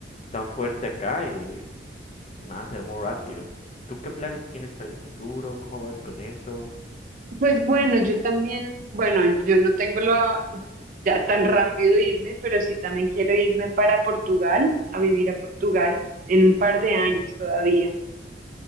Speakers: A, on the left; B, on the right.
A: tan fuerte acá, eh, nada, ser muy rápido. ¿Tú qué planes tienes para el futuro? ¿Cómo vas con eso?
B: Pues bueno, yo también, bueno, yo no tengo la, ya tan rápido irme, pero sí también quiero irme para Portugal, a vivir a Portugal en un par de años todavía.